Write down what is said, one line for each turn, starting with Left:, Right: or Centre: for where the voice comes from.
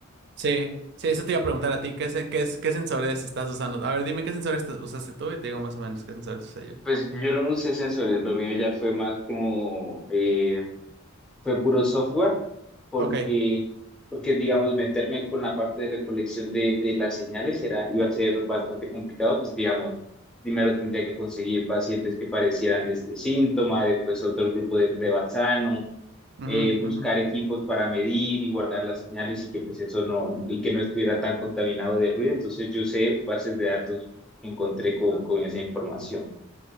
Right: Sí, sí, eso te iba a preguntar a ti, ¿qué, se- qué, es- qué sensores estás usando? A ver, dime qué sensores te- usaste tú y te digo más o menos qué sensores usé yo.
Centre: Pues yo no usé sensores, lo mío ya fue más como... eh, fue puro software. porque,
Right: Ok,
Centre: porque digamos, meterme con la parte de recolección de, de las señales era, iba a ser bastante complicado, pues digamos, primero tendría que conseguir pacientes que parecieran de este síntoma, después otro grupo de prueba sano,
Right: ujú,
Centre: eh, buscar
Right: ujú,
Centre: equipos para medir y guardar las señales y que pues eso no, y que no estuviera tan contaminado de ruido. Entonces yo sé bases de datos que encontré con, con esa información.